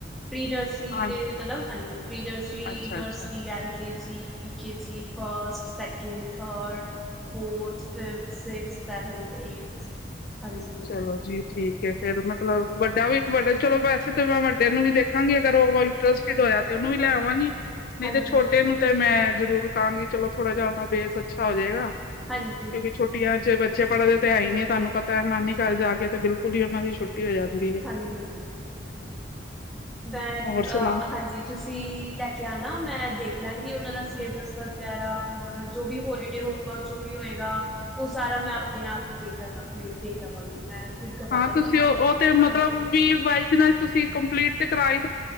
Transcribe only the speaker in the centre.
pre nursery
ਦੇ ਮਤਲਬ ਹਾਂਜੀ ਪ੍ਰੀਨਰਸਰੀ
nursery
L K G U K G first, second, third, fourth, fifth, sixth, seventh, eighth, ਹਾਂਜੀ
ਹਾਂਜੀ
ਹਾਂਜੀ
ਹਾਂਜੀ ਹਾਂਜੀ
ਬਿਲਕੁਲ
ਹਾਂਜੀ, ਹਾਂਜੀ ਮੈਂ
ਅ ਹਾਂਜੀ ਤੁਸੀਂ ਲੈ ਕੇ ਆਣਾ ਮੈਂ ਦੇਖ ਲਾਂਗੀ ਉਹਨਾਂ ਦਾ ਸਿਲੇਬਸ ਵਗੈਰਾ ਹੋਰ ਜੋ ਵੀ ਹੋਲੀਡੇ ਹੋਮ ਵਰਕ ਜੋ ਵੀ ਹੋਏਗਾ ਉਹ ਸਾਰਾ ਮੈਂ ਆਪਣੇ ਆਪ ਦੇਖ ਲ ਦੇਖ ਲਵਾਂਗੀ ਮੈਂ ਖੁਦ ਕਰਵਾ
ਦਾਂਗੀ
ਹਾਂਜੀ